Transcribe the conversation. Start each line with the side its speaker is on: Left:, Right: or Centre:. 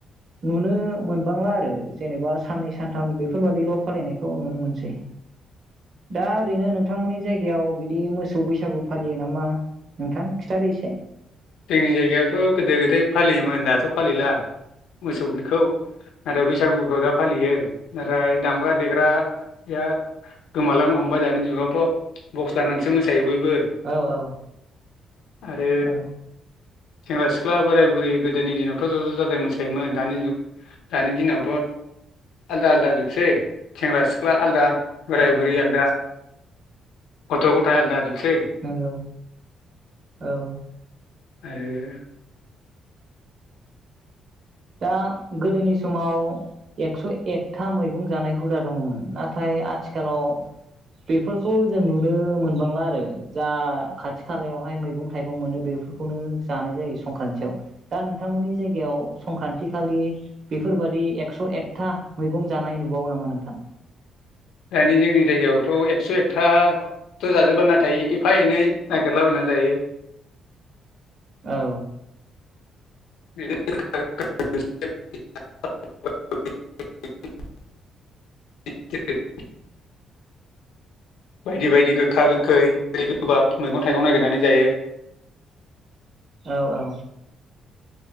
Right: नुनो मोनबांला आरो जेनेबा साननै सानथाम बेफोरबादिल' फालिनायखौ नुनो मोनसै दा ओरैनो नोंथांमोननि जायगायाव बिदि मोस मोसौ बैसागु फालियो नामा नोंथां खिन्थादो एसे
Left: जोंनि जायगायावथ' गोदो गोदाय फालियोमोन दाथ' फालिला मोसौखौ नाथाय बैसागुखौ दा फालियो नाथाय दामग्रा देग्राया गोमालांनो हमबाय दानि जुगावथ' बक्स लानानैसो मोसायो बयबो बो
Right: औ औ
Left: आरो
Right: औ
Left: सेंग्रा सिख्ला बोराय बुरै गोदोनि दिनावथ' ज' ज' जाजाय मोसायोमोन दानि जुग दानि दिनावथ' आलादा आलादा जोबसै सेंग्रा सिख्ला आलादा बोराय
Right: औ
Left: बुरि
Right: औ
Left: आलदा गथ' गथाय आलदा जोबसै
Right: नंगौ औ
Left: आरो
Right: दा गोदोनि समाव एक्स' एकथा मैगं जानाय हुदा दङमोन नाथाय आथिखालाव बेफोरखौ जों नुनो मोनबांला आरो जा खाथि खालायावहाय मैगं थाइगं मोनो बेफोरखौनो जानाय जायो संक्रान्तयाव दा नोंथांमोननि जायगायाव संक्रान्ति खालि बेफोरबादि एक्स' एकथा मैगं जानाय नुबावो नामा नोंथां
Left: दानि जोंनि जायगायावथ' एकस' एकथथ' जाजोबा नाथाय एफा एनै नागिरलाबायनानै जायो
Right: औ
Left: <unintelligible> <unintelligible> बायदि बायदि गोखा गोखै दै गोबाब मैगं थाइगं नागिरनानै जायो
Right: औ औ